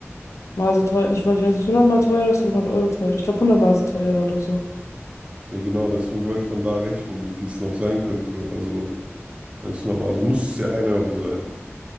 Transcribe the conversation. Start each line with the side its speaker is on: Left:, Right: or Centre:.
Left: Mal so teuer, nicht, weil ich weiß, nicht, 100 Mal teurer ist oder 100 Euro teurer. Ich glaube, 100 Mal so teuer oder so.
Right: Nee, genau, deswegen wollte ich von da rechnen, wie viel es noch sein könnte. Also, wenn es nochmal, also muss es ja ein Euro sein,